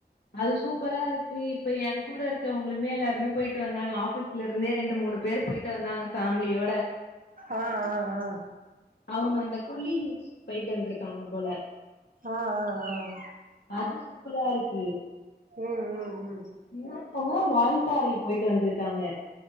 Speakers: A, on the left (about 80°); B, on the right (about 55°).
A: அது சூப்பரா இருக்கு இப்ப எ கூட இருக்கவுங்ளுமே எல்லாருமே பொய்ட்டு வந்தாங்க ஆஃபீஸ் இதுல இருந்தே ரெண்டு மூணு பேர் பொயிட்டு வந்தாங்க ஃபேம்லியோட
B: ஆ ஆ ஆ
A: அவுங்க அந்த குல்லி ஹில்ஸ் போயிட்டு வந்திருக்காங்க போல
B: ஆ ஆ ஆ ஆ
A: அது சூப்பரா இருக்கு
B: ம் ம்
A: இன்னொருத்தவங்க வால்பாறைக் போயிட்டு வந்திருக்காங்க